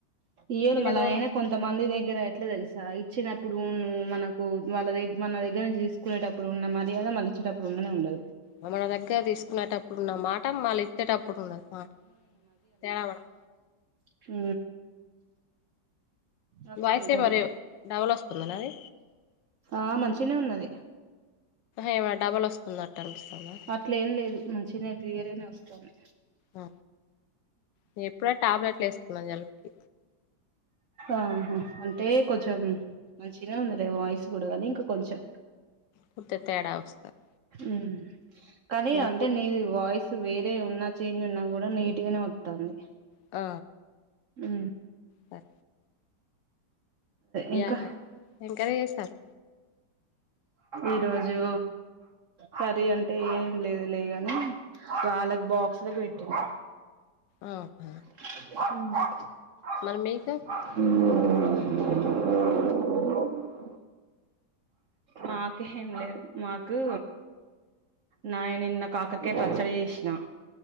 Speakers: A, on the right; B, on the left.
A: ఏయళ
B: ఇన్ని
A: మళ
B: రోజులు
A: ఆయన కొంత మంది దగ్గర ఎట్లా తెలుసా ఇచ్చినప్పుడు నువ్వు మనకు వాళ్ళ దే మన దగ్గర నుంచి తీసు కునేటప్పుడు ఉన్న మర్యాద మళ్లిచేటప్పుడు ఉన్ననే ఉండదు.
B: మన దగ్గర తీసుకునేటప్పుడున్న మాట మళ్ళ ఇచ్చేటప్పుడు ఉండదు మాట తేడావడం
A: హ అట్లా
B: వాయిసే
A: ఉంటది
B: మరి డబల్ వస్తుందా నాది
A: ఆ మంచినే ఉన్నది.
B: ఏమ డబల్ వస్తుందట్టు అనిపిస్తాదా?
A: అట్ల ఏం లేదు మంచిగా క్లియర్ అనే వస్తుంది
B: అ నేను ఎప్పుడే టాబ్లెట్లు వేసుకున్నాను జలుబుకి
A: ఆహ అంటే కొంచెం మంచిన ఉందిలే వాయిస్ కూడా కానీ ఇంకా కొంచెం
B: పూర్తి తేడా వస్తాంది
A: మ్ కానీ
B: ఇంగ
A: అంటే
B: పూర్
A: నీది వాయిస్ వేరే ఉన్నా చేంజ్ ఉన్నా కూడా నీట్ గానే వత్తాన్ది.
B: ఆ
A: ఉ
B: సరే
A: ఇంకా
B: ఎలాన్ ఎంకరేజ్ చేస్తారు
A: ఈరోజు కరి అంటే ఏం లేదు లేగాని వాళ్ళకి బాక్స్లలకు పెట్టిండి
B: ఆ ఓకే
A: మ్
B: మర మీక
A: <inaudible> మాకు ఏం లేదు మాకు నాయను నిన్న కాకరకాయ పచ్చడి చేసిన